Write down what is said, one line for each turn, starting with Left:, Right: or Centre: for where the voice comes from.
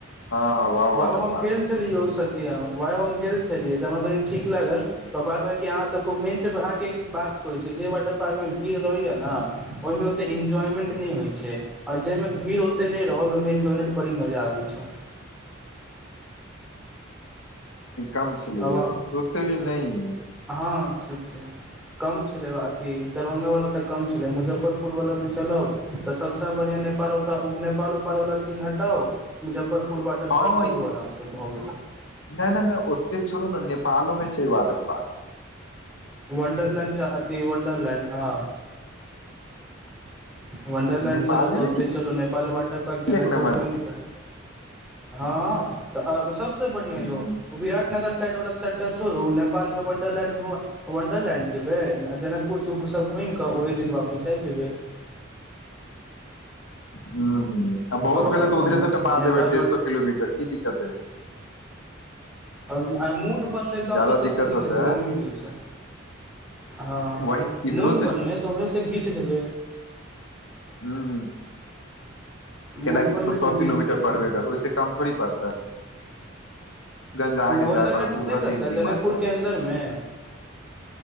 Left: हँ वाह
Centre: वउ
Left: वाटर
Centre: व‌उ हम
Left: पार्क
Centre: गेल छलियै ओ सत्यम वउ हम गेल छलियै तऽ हमरा कनि ठीक लागल त बाद बाकी अहाँ सभके मेन अहाँके बात कहै छी जय वाटर पार्कमे भीड़ रहैया न ओहिमे ओते एन्जॉयमेन्ट होइ छै आओर जाहि मे भीड़ ओते नहि रहल ओहिमे एन्जॉयमेन्ट बड़ी मजा आबे छै
Left: कम छलैय
Centre: आब
Left: ओते भी नहि
Centre: हँ छै कम छलै अथी दरभंगा वाला तऽ कम छलै मुजफ्फरपुर पुरवलामे चलब तऽ सभसँ बढ़िआँ नेपाल नेपाल उपालवाला सीन हटाउ मुजफ्फरपुर वाटर
Left: हँ
Centre: पार्क चलू आरामसँ भऽ गेला
Left: नहि नहि नहि ओतेक छोड़ू ने नेपालों मे छै वाटर पार्क
Centre: वंडरलैंड च अति वंडरलैंड हँ वंडरलैंड
Left: नेपाले
Centre: चलब तऽ ओते
Left: मे
Centre: चलू नेपाल वाटर पार्क
Left: की
Centre: जनकपुर
Left: एक नम्बर
Centre: घुमि कऽ हँ तऽ सभसँ बढ़िआँ
Left: हूं
Centre: यौ विराट नगर साइड वाला चर्चा छोड़ू नेपाल मे वंडरलैंड घुम वंडरलैंड जेयबै जनकपुरसभ घुमि कऽ ओहि दिन वापिस आबि जेबै
Left: ह ह आ बहुत
Centre: आ
Left: भेले तऽ उधरे से टपा
Centre: नेपाल
Left: देबै डेढ़ सए किलोमीटर की दिक्कत अछि
Centre: आ मूड बनलै तहन
Left: ज्यादा
Centre: तऽ ओतयसँ
Left: दिक्कत
Centre: घीच
Left: होतै
Centre: देबै ओहिमे कि छै हँ
Left: वही न, इधरो
Centre: मूड बनलै तऽ ओहसँ घींच देबै
Left: हू ह कैलाकि
Centre: मूड बनलै
Left: तो सए
Centre: तऽ
Left: किलोमीटर
Centre: घीच देबै
Left: पड़बे कर ओहिस कम थोड़ी पड़तै गंज अहाँके
Centre: वंडरलैंड
Left: जाय पड़त उधर
Centre: छै कतय
Left: से एंट्री
Centre: जनकपुरके
Left: मारे पड़ै छै
Centre: अन्दरमे